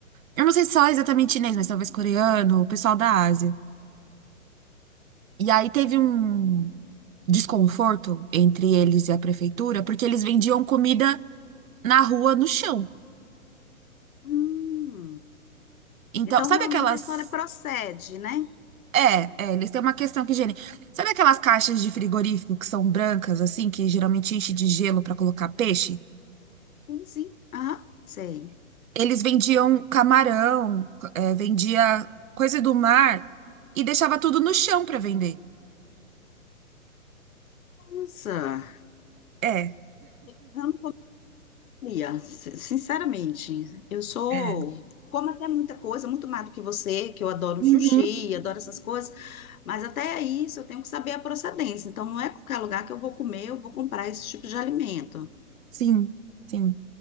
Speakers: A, on the right; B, on the left.
A: Eu não sei se só exatamente chinês, mas talvez coreano, o pessoal da Ásia. E aí teve um desconforto entre eles e a prefeitura, porque eles vendiam comida na rua, no chão.
B: Hum.
A: Então,
B: Então
A: sabe
B: realmente
A: aquelas
B: a história procede, né?
A: É, é, eles têm uma questão que higiene. Sabe aquelas caixas de frigorífico que são brancas, assim, que geralmente enche de gelo para colocar peixe?
B: Sim, sim. Ah, sei.
A: Eles vendiam camarão, é, vendia coisa do mar e deixava tudo no chão para vender.
B: Nossa,
A: É,
B: eu não Lia, si- sinceramente, eu sou,
A: é.
B: como até muita coisa, muito mais do que você, que eu adoro
A: Uhum.
B: sushi, adoro essas coisas, mas até isso eu tenho que saber a procedência. Então, não é qualquer lugar que eu vou comer, eu vou comprar esse tipo de alimento.
A: Sim, sim.